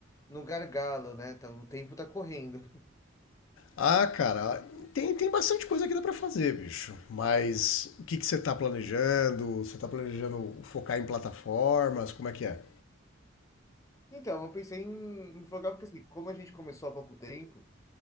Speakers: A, on the left (about 15°); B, on the left (about 85°).
A: no gargalo, né? Tá, o tempo tá correndo.
B: Ah, cara, tem, tem bastante coisa que dá pra fazer, bicho. Mas o que que você tá planejando? Você tá planejando focar em plataformas? Como é que é?
A: Então, eu pensei em, em focar, porque assim, como a gente começou há pouco tempo,